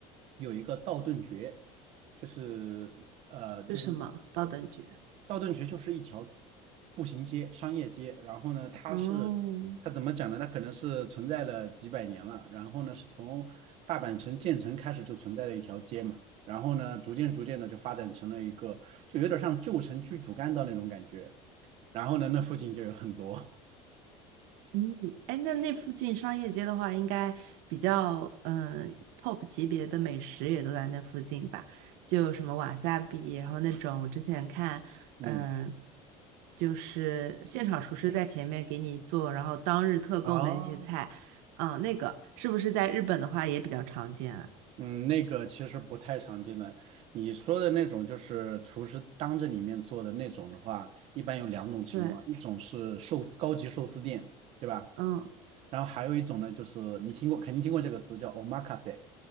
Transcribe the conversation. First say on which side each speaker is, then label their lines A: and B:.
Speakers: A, on the right; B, on the right.
A: 有一个道顿崛，就是呃，就是
B: 是什么，高等局
A: 道顿崛就是一条步行街、商业街，然后呢，它是它怎么讲呢？
B: 哦，
A: 它可能是存在了几百年了，然后呢，是从大阪城建成开始就存在的一条街嘛，然后呢，逐渐逐渐的就发展成了一个，就有点像旧城区主干道那种感觉，然后呢，那附近就有很多，
B: 嗯，哎，那那附近商业街的话，应该比较嗯、呃 top 级别的美食也都在那附近吧？就有什么瓦萨比，然后那种我之前看，
A: <laughs> 嗯。
B: 嗯、就是现场厨师在前面给你做，然后当日特供的那些菜，
A: 啊，
B: 嗯、那个是不是在日本的话也比较常见啊？
A: 嗯，那个其实不太常见的。你说的那种就是厨师当着你面做的那种的话，一般有两种情况，
B: 对，
A: 一种是寿司高级寿司店，对吧？
B: 嗯，
A: 然后还有一种呢，就是你听过，肯定听过这个词叫 omakase，